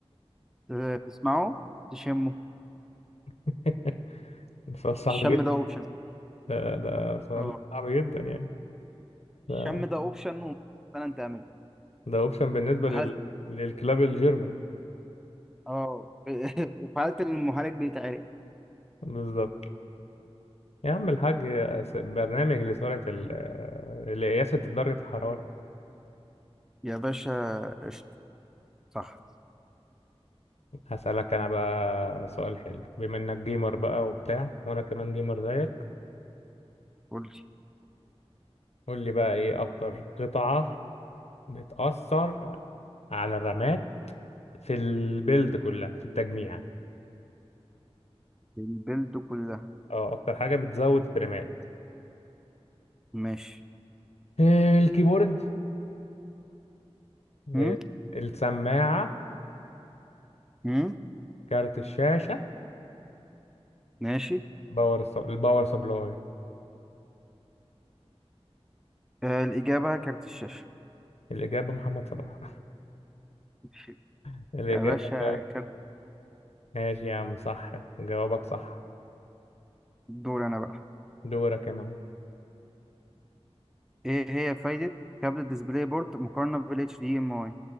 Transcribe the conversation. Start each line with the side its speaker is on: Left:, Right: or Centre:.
Centre: ت- تسمعه تشمه
Left: <laughs> ده سؤال صعب
Centre: الشم
Left: جدا
Centre: ده اوبشن
Left: ده, ده سؤال
Centre: اه
Left: صعب جدا يعني ده
Centre: الشم ده اوبشن وممكن فعلا تعمله
Left: ده اوبشن بالنسبة
Centre: في
Left: لل...
Centre: حالة
Left: للكلاب الجيرمان
Centre: اه <laughs> وفي حالة إن المعالج بيتعرق
Left: بالظبط يا عم الحاج س- برنامج لسرعة ال... لقياسة درجة الحرارة
Centre: يا باشا قشطة صح
Left: هسألك أنا بقى سؤال حلو بما إنك جيمر بقى وبتاع وأنا كمان جيمر زيك
Centre: قلت
Left: قول لي بقى إيه أكتر قطعة بتأثر على الرامات في البيلد كلها في التجميع
Centre: البلد كلها
Left: اه اكتر حاجه بتزود فريمات
Centre: ماشي
Left: آه، الكيبورد آه،
Centre: هم؟
Left: السماعه
Centre: هم؟
Left: كارت الشاشه
Centre: ماشي
Left: باور سب... الباور سبلاي
Centre: آه الإجابة كارت الشاشة
Left: الاجابه محمد صلاح
Centre: ماشي.
Left: <laughs> الاجابه
Centre: يا باشا
Left: كارت
Centre: كارت
Left: ماشي يا عم صح جوابك صح
Centre: دور أنا بقى
Left: دورك يا معلم
Centre: ايه هي فايدة كابل ديسبلاي بورد مقارنة بال HDMI